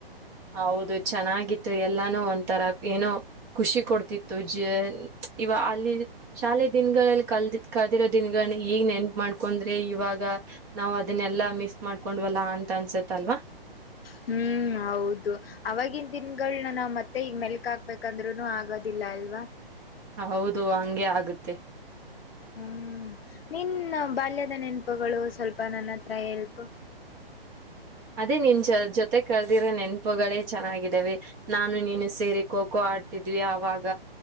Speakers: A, on the right; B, on the left.
A: ಹೌದು ಚೆನ್ನಾಗಿತ್ತು ಎಲ್ಲಾನು ಒಂಥರ ಏನೋ ಖುಷಿ ಕೊಡ್ತಿತ್ತು ಜ ಇವ ಅಲ್ಲಿ ಶಾಲೆ ದಿನಗಳಲ್ಲಿ ಕಲ್ದ ಕಲ್ದಿರೋ ದಿನಗಳನ್ನ ಈಗ್ ನೆನ್ಪ ಮಾಡ್ಕೊಂಡ್ರೆ ಇವಾಗ ನಾವ್ ಅದನ್ನೆಲ್ಲಾ ಮಿಸ್ ಮಾಡ್ಕೊಂಡ್ವಲ್ಲಾ ಅಂತ ಅನ್ಸತ್ತ ಅಲ್ವಾ
B: ಹ್ಮ್ ಹೌದು ಅವವಾಗಿನ ದನ್ಗಳನ ನಾವ್ ಮತ್ತೆ ಈಗ ಮೆಲ್ಕ್ ಹಾಕ್ಬೇಕಂದ್ರುನು ಆಗೋದಿಲ್ಲ ಲಾಲ್ವಾ
A: ಹೌದು ಹಂಗೆ ಆಗುತ್ತೆ
B: ಹ್ಮ್ ನಿನ್ ಬಾಲ್ಯದ ನೆನಪುಗಳು ಸ್ವಲ್ಪ ನನ್ನ ಹತ್ರ ಹೇಳ್ಕು
A: ಅದೇ ನಿನ್ ಜ ಜೊತೆ ಕಳದಿರೋ ನೆನಪುಗಳೇ ಚೆನ್ನಾಗಿದ್ದಾವ ನಾನು ನೀನು ಸೇರಿ ಖೋಖೋ ಆ <unintelligible> ಿದ್ವಿ ಆಾಗ